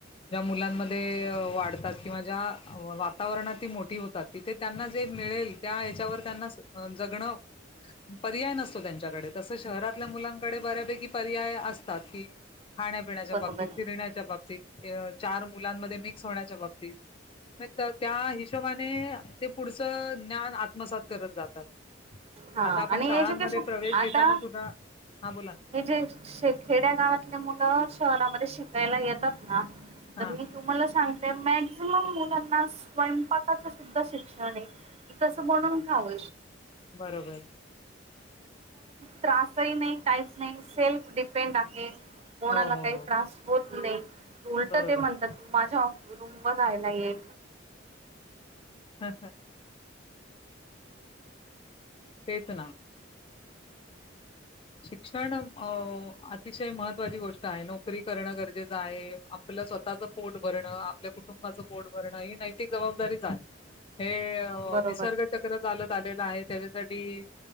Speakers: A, on the left; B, on the right.
A: ज्या मुलांमध्ये वाढतात किंवा ज्या वातावरणात ती मोठी होतात तिथे त्यांना जे मिळेल त्या ह्याच्यावर त्यांना जगणं पर्याय नसतो त्यांच्याकडे तसं शहरातल्या मुलांकडे बऱ्यापैकी पर्याय असतात कि खाण्यापिण्याच्या
B: बरोबर
A: बाबतीत, फिरण्याच्या बाबतीत <inaudible> चार मुलांमध्ये मिक्स होण्याच्या बाबतीत त्या हिशोबाने ते पुढचं ज्ञान आत्मसात करत जातात.
B: हा
A: आता आपण
B: आणि
A: शाळांमध्ये
B: एज्युकेशन
A: प्रवेश
B: आता
A: घेताना सुद्धा हा बोला
B: हे जेे खेड्या गावातले मुलं शहरामध्ये शिकायला येतात. ह
A: ना
B: तर मी तुम्हाला सांग ते मॅक्झिमम मुलांना स्वयंपाकाचं सुद्धा शिक्षण आहे. की कसं बनून
A: हा
B: खाऊ
A: बरोबर
B: त्रासही नाही काहीच नाही सेल्फ डिपेंड आहे, कोणाला
A: हो हो
B: काही
A: हो
B: त्रास होत नाही. उलट
A: बरोबर
B: ते म्हणतात माझ्या रूम वर राहायला ये
A: ह ह तेच ना. शिक्षण अ अतिशय महत्वाची गोष्ट आहे, नोकरी करणं गरजेचं आहे, आपलं स्वतःचं पोट भरणं, आपल्या कुटुंबाचं पोट भरण ही नैतिक जबाबदारी <unintelligible> हे
B: बरोबर.
A: निसर्ग चक्र चालत आलेलं आहे तेज्यासाठी